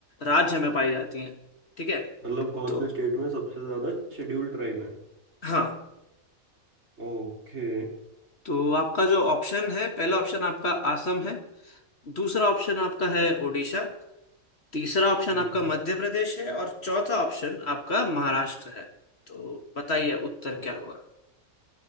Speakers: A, on the left; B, on the right.
A: राज्य में पाई जाती हैं ठीक है
B: मतलब कौन
A: तो
B: से स्टेट में सबसे ज्यादा शेड्यूल ट्राइब है
A: हाँ
B: ओके
A: तो आपका जो ऑप्शन है पहला ऑप्शन आपका असम है दूसरा ऑप्शन आपका है उड़ीसा तीसरा ऑप्शन
B: हम्म
A: आपका मध्य प्रदेश है और चौथा ऑप्शन आपका महाराष्ट्र है तो बताइए उत्तर
B: और
A: क्या होगा